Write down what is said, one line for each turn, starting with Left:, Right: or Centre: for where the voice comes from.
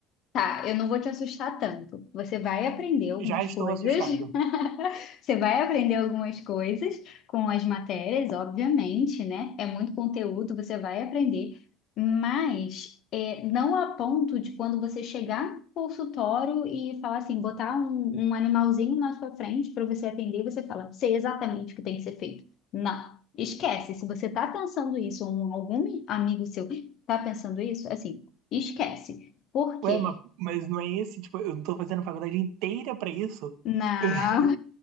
Left: Tá, eu não vou te assustar tanto. Você vai aprender algumas
Right: Já estou
Left: coisas.
Right: assustado.
Left: <laughs> Você vai aprender algumas coisas com as matérias, obviamente, né? É muito conteúdo, você vai aprender, mas é, não a ponto de quando você chegar no consultório e falar assim, botar um, um animalzinho na sua frente para você atender, você fala, sei exatamente o que tem que ser feito. Não, esquece. Se você tá pensando isso, ou algum amigo seu tá pensando isso, assim, esquece. Por quê?
Right: Ué, mas, mas não é esse, tipo, eu não tô fazendo a faculdade inteira pra isso?
Left: Não,
Right: <laughs>